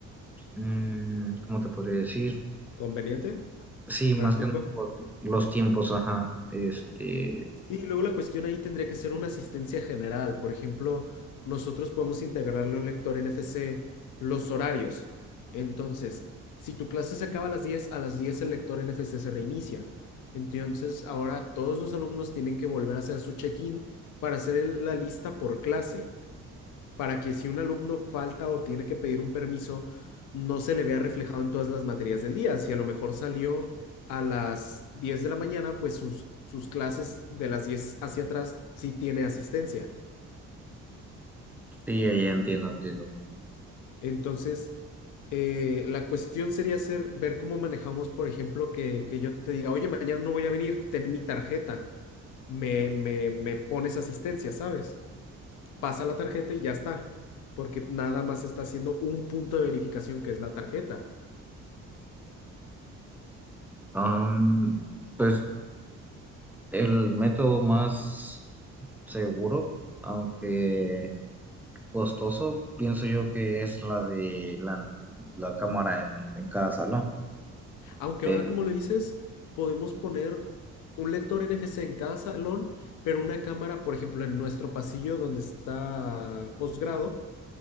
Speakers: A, in the centre; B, on the left (about 80°).
A: mm, ¿cómo te podría decir?
B: ¿Conveniente?
A: Sí, más
B: ¿Práctico?
A: que nada por los tiempos, ajá, este,
B: Sí, luego la cuestión ahí tendría que ser una asistencia general. Por ejemplo, nosotros podemos integrarle a un lector NFC los horarios. Entonces, si tu clase se acaba a las 10, a las 10 el lector NFC se reinicia. Entonces, ahora todos los alumnos tienen que volver a hacer su check-in para hacer el- la lista por clase para que si un alumno falta o tiene que pedir un permiso, no se le vea reflejado en todas las materias del día. Si a lo mejor salió a las 10 de la mañana, pues sus, sus clases de las 10 hacia atrás sí tiene asistencia.
A: sí, ya, ya entiendo, entiendo.
B: Entonces, eh, la cuestión sería ser ver cómo manejamos, por ejemplo, que, que yo te diga, oye, mañana no voy a venir, ten mi tarjeta, me, me, me pones asistencia, ¿sabes? Pasa la tarjeta y ya está, porque nada más está haciendo un punto de verificación que es la tarjeta.
A: Am, pues el método más seguro, aunque costoso, pienso yo que es la de la, la cámara en, en cada salón,
B: Aunque
A: pero
B: ahora, como lo dices, podemos poner un lector NFC en cada salón, pero una cámara, por ejemplo, en nuestro pasillo donde está posgrado.